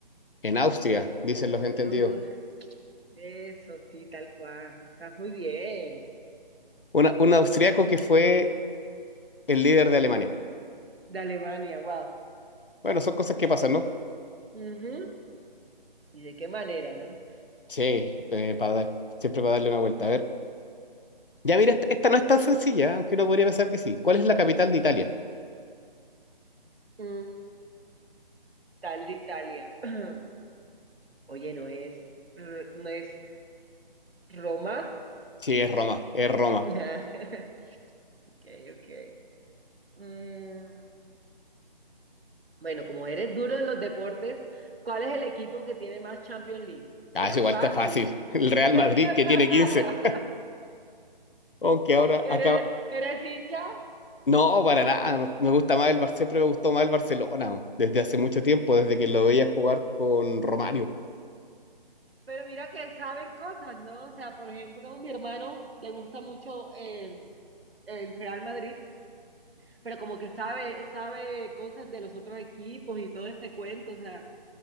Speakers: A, on the left; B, on the right.
A: En Austria, dicen los entendidos.
B: Uf, eso, sí, tal cual. Estás muy bien.
A: Una- un austriaco que fue el líder de Alemania.
B: De Alemania, wow.
A: Bueno, son cosas que pasan, ¿no?
B: Ujú. ¿Y de qué manera, no?
A: Sí, eh, para dar- siempre para darle una vuelta. A ver. Ya mira, esta, esta no es tan sencilla, aunque uno podría pensar que sí. ¿Cuál es la capital de Italia?
B: Mm, tal de Italia. <clears throat> Oye, no es, r- no es Roma.
A: Sí, es Roma, es Roma.
B: <laughs> Ok, ok. Mm, bueno, como eres duro en los deportes, ¿cuál es el equipo que tiene más Champions League?
A: Ah,
B: Esa
A: eso igual
B: es fácil.
A: está fácil. <laughs> El Real
B: <laughs>
A: Madrid que tiene quince Aunque ahora
B: Eres,
A: acaba.
B: eres hincha,
A: No, para nada. no, Me gusta más el Bar... Siempre me gustó más el Barcelona. ¿no? Desde hace mucho tiempo, desde que lo veía jugar con Romario.
B: pero mira que saben cosas, ¿no? O sea, por ejemplo, mi hermano le gusta mucho eh, el Real Madrid, pero como que sabe, sabe cosas de los otros equipos y todo este cuento, o sea.